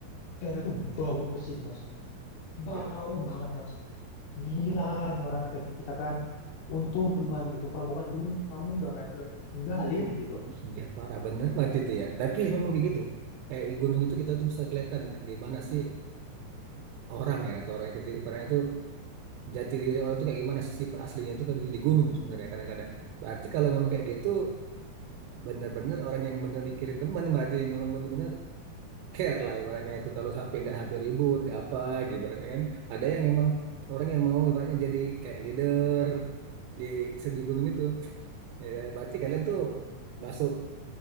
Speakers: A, on the left; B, on the right.
A: tenda tuh bau pesing mas
B: Iya.
A: bau banget mas gila ini orang kata kita kan untung teman gitu kalau bukan teman, kamu udah kayak udah kita tinggalin gitu
B: Iya parah bener banget itu ya. Tapi ya memang kayak gitu. Kayak di gunung itu kita tuh bisa kelihatan gimana sih orang ya kata orang kita ibaratnya tuh jati diri orang tuh kayak gimana sih sifat aslinya tuh kalau di di gunung sebenarnya kadang-kadang. Berarti kalau memang kayak gitu bener-bener orang yang bener mikirin teman berarti memang bener-bener care lah ibaratnya itu kalau sampai nggak sampai ribut nggak apa gitu ibaratnya kan. Ada yang memang orang yang mau ibaratnya jadi kayak leader di di gunung itu. Ya, berarti kalian tuh masuk